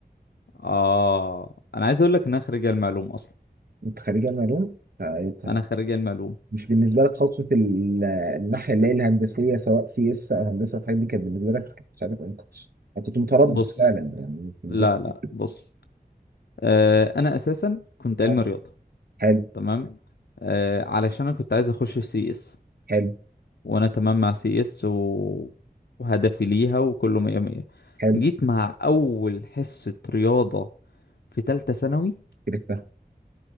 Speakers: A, on the left (about 85°); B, on the right (about 65°).
A: اه انا عايز اقول لك ان انا خريج المعلوم اصلا
B: انت خريج علم علوم فأنت
A: انا خريج المعلوم
B: مش بالنسبه لك خطوه ال- الناحيه اللي هي الهندسيه سواء سي اس او هندسه الحاجات دي كانت بالنسبه لك مش عارف انت انا كنت متردد
A: بص
B: فعلا يعني كنت-
A: لا لا بص آه انا اساسا كنت
B: آه،
A: علم رياضه
B: حلو
A: تمام آه علشان انا كنت عايز اخش في سي اس
B: حلو
A: وانا تمام مع سي اس و... وهدفي ليها وكله مية مية
B: حلو
A: جيت مع اول حصه رياضه في تالتة ثانوي
B: كده